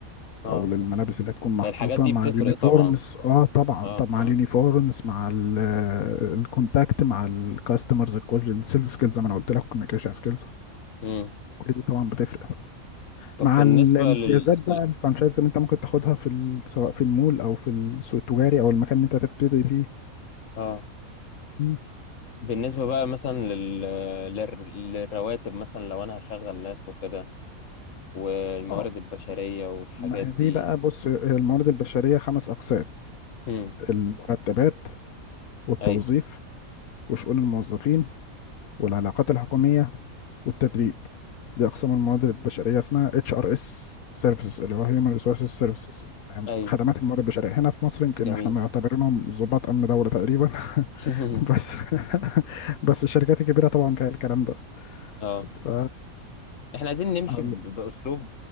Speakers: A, on the left; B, on the left.
A: اه
B: او للملابس اللي هتكون محطوطه
A: الحاجات دي
B: مع
A: بتفرق
B: اليونيفورمز
A: طبعا
B: اه طبعا
A: اه
B: طب مع
A: اه
B: اليونيفورمز مع ال- الكونتاكت مع الكاستمرز كل السيلز سكيلز زي ما انا قلت لك كوميونيكيشن سكيلز
A: امم
B: كل دي طبعا بتفرق
A: طب
B: مع
A: بالنسبة
B: الامتيازات
A: لل
B: بقى
A: ل-
B: الفرانشايز اللي انت ممكن تاخدها في ال... سواء في المول او في السوق التجاري او المكان اللي انت هتبتدي فيه
A: اه
B: مم.
A: بالنسبة بقى مثلا لل... لل... للرواتب مثلا لو انا هشغل ناس وكده والموارد
B: اه
A: البشرية والحاجات
B: ما
A: دي
B: هي دي بقى بص هي الموارد البشريه خمس اقسام
A: امم
B: المرتبات والتوظيف
A: اي
B: وشؤون الموظفين والعلاقات الحكوميه والتدريب دي اقسام الموارد البشريه اسمها اتش ار اس سيرفيسز اللي هو هيومن ريسورسز سيرفيسز
A: اي
B: خدمات الموارد البشريه هنا في مصر يمكن
A: جميل
B: احنا معتبرينهم ضباط امن دوله تقريبا
A: <laughs>
B: <laughs> بس <laughs> بس الشركات الكبيره طبعا فيها الكلام ده
A: اه
B: ف
A: احنا عايزين نمشي
B: عز-
A: ب- باسلوب